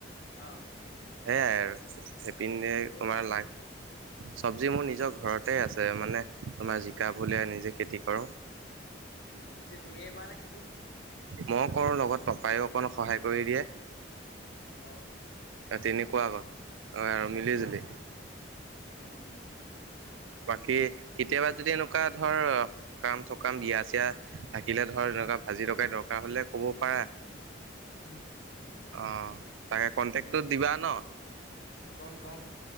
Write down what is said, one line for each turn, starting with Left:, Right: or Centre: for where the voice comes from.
Left: অ'।
Right: সেইয়াই আৰু
Left: পিছে ক'ৰ
Right: তোমাৰ
Left: পৰা আনা চব্জি?
Right: চবজি মোৰ নিজৰ ঘৰত তাতে আছে মানে তোমাৰ জিকা ভুলিয়াই নিজে খেতি কৰোঁ।
Left: উম, পিছে তুমিয়ে কৰা নাই খেতি?
Right: মই কৰো লগত পাপায়ো অকণ সহায় কৰি দিয়ে।
Left: অ'
Right: তেনেকুৱা আকৌ আৰু মিলি জুলি।
Left: উম'
Right: বাকী কেতিয়াবা যদি এনেকুৱা ধৰ সকাম-চকাম বিয়া চিয়া থাকিলে ধৰ
Left: উম,
Right: এনেকুৱা ভাজি থকাই দৰকাৰ হলে ক'ব পাৰা
Left: উম।
Right: অ' তাকে কন্টেক্টটো
Left: উম',
Right: দিবা ন
Left: কম কম